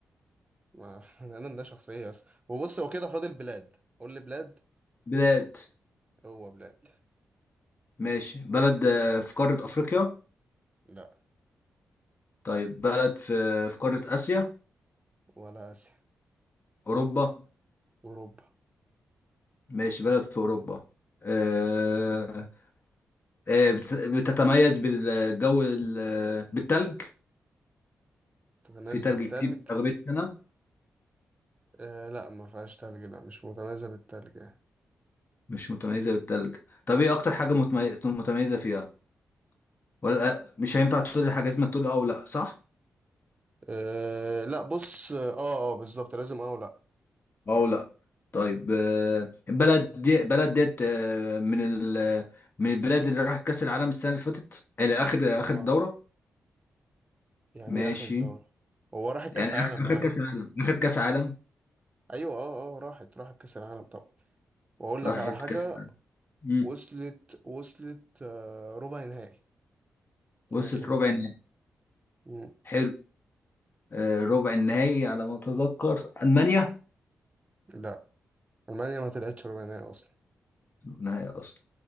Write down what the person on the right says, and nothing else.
ما <laughs> انا ده شخصية اصلا وبص هو كده فاضل بلاد قول لي بلاد
هو بلاد
لا
ولا آسيا
أوروبا
متميز
بالتلج
آه لا ما فيهاش تلج لا مش متميزة بالتلج يعني
آه لا بص اه اه بالظبط لازم اه ولا
اه آه،
يعني
اخد الدورة هو راحت
كأس
عالم
يعني
ايوه اه اه راحت راحت كأس العالم طبعا واقول
لك على حاجة
وصلت وصلت آه ربع نهائي
اي خدمة
مم.
لا المانيا ما طلعتش ربع نهائي اصلا